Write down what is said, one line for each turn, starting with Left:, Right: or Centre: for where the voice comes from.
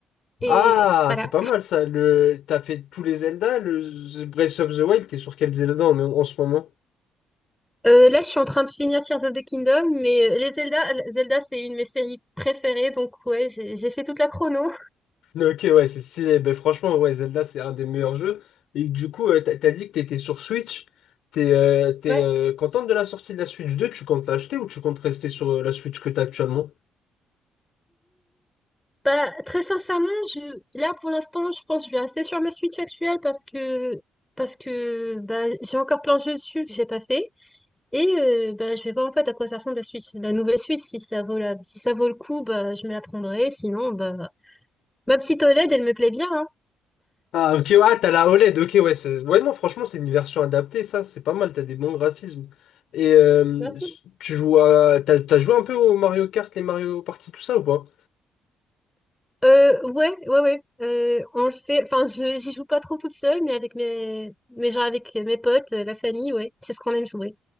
Centre: Et
Left: Ah,
Centre: voilà.
Left: c'est pas mal ça. Le... T'as fait tous les Zelda, le The Breath of the Wild, t'es sur quel Zelda en, en ce moment?
Centre: Euh, là, je suis en train de finir Tears of the Kingdom, mais euh, les Zelda, Zelda, c'est une de mes séries préférées, donc ouais, j'ai j'ai fait toute la chrono.
Left: Ok, ouais, c'est stylé. Ben, franchement, ouais, Zelda, c'est un des meilleurs jeux. Et du coup, euh, t'as, t'as dit que t'étais sur Switch. T'es euh, t'es,
Centre: Ouais.
Left: euh, contente de la sortie de la Switch 2? Tu comptes l'acheter ou tu comptes rester sur euh, la Switch que t'as actuellement?
Centre: Bah, très sincèrement, je... là pour l'instant, je pense que je vais rester sur ma Switch actuelle parce que parce que bah, j'ai encore plein de jeux dessus que j'ai pas fait et euh, bah, je vais voir en fait à quoi ça ressemble la Switch, la nouvelle Switch si ça vaut la... si ça vaut le coup, bah je me la prendrai, sinon bah ma petite OLED elle me plaît bien hein.
Left: Ah, ok, ouais t'as la OLED. Ok, ouais, c'est- ouais, non, franchement, c'est une version adaptée, ça, c'est pas mal. T'as des bons graphismes. Et euh,
Centre: Merci.
Left: tu joues à... t'as, t'as joué un peu au Mario Kart, les Mario Party, tout ça ou pas?
Centre: Euh, ouais, ouais, ouais. Euh, on le fait. Enfin, je j'y joue pas trop toute seule, mais avec mes, mais genre avec mes potes, euh, la famille, ouais. C'est ce qu'on aime jouer.